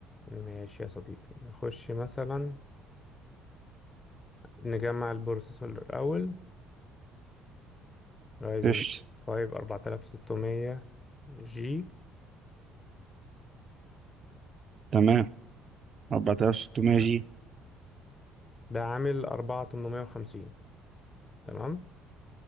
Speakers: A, on the left (about 30°); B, on the right (about 40°).
A: ماشي يا صديقي نخش مثلا نجمع البروسيسور الأول رايزن
B: قشطة
A: 5 4600 جي
B: تمام 4600 جي
A: ده عامل 4850 تمام